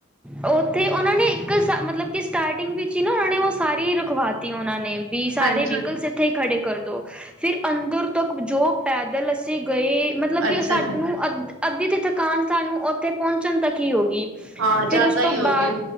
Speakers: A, in the centre; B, on the right (about 80°).
A: ਉਹ ਉੱਥੇ ਉਹਨਾਂ ਨੇ ਇੱਕ ਮਤਲਬ ਕਿ ਸਟਾਰਟਿੰਗ ਵਿੱਚ ਹੀ ਨਾ ਉਹਨਾਂ ਨੇ ਉਹ ਸਾਰੀ ਰਖਵਾਤੀ ਉਹਨਾਂ ਨੇ ਵੀ ਸਾਰੇ
B: ਹਾਂਜੀ
A: ਵਹੀਕਲਸ ਇੱਥੇ ਹੀ ਖੜੇ ਕਰਦੋ ਫਿਰ ਅੰਦਰ ਤੋਂ ਜੋ ਪੈਦਲ ਅਸੀਂ ਗਏ ਮਤਲਬ ਕਿ
B: ਅੱਛਾ
A: ਸਾਨੂੰ
B: ਜੀ
A: ਅੱਧ ਅੱਧੀ ਤੇ ਥਕਾਨ ਨੂੰ ਉੱਥੇ ਪਹੁੰਚਣ ਤੱਕ ਹੀ ਹੋ ਗਗੀ।
B: ਹਾਂ ਜ਼ਿਆਦਾ
A: ਫੇਰ ਉਸ
B: ਹੀ
A: ਤੋਂ
B: ਹੋ
A: ਬਾਅਦ
B: ਗਏ